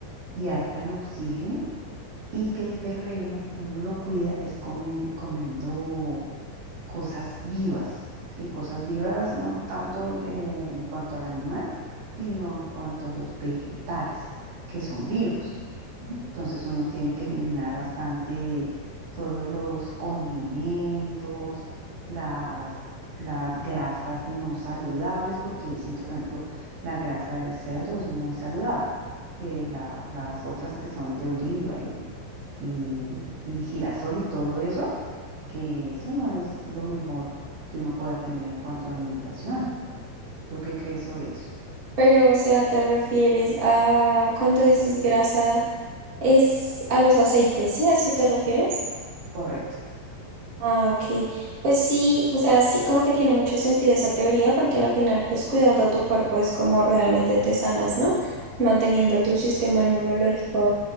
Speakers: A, on the right; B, on the right.
A: y alta en oxígeno y que el terreno uno lo cuida es comen- comiendo cosas vivas, ¿sí? Cosas vivas no tanto eh, en cuanto al animal, sino en cuanto a los vegetales, que son vivos. Entonces uno tiene que eliminar bastante todos los condimentos, las, las grasas no saludables, porque dicen que, por ejemplo, la grasa del cerdo es muy saludable, que la- las otras que son de oliva y, y y girasol y todo eso que eso no es lo mejor que uno pueda tener en cuanto a alimentación. ¿Tú qué crees sobre eso?
B: Pero, o sea, te refieres a cuando dices grasa, es a los aceites, ¿sí? ¿A eso te refieres?
A: Correcto.
B: Ah, ok. Pues sí, o sea, sí como que tiene mucho sentido esa teoría porque al final pues cuidando a tu cuerpo es como realmente te sanas, ¿no? Manteniendo tu sistema inmunológico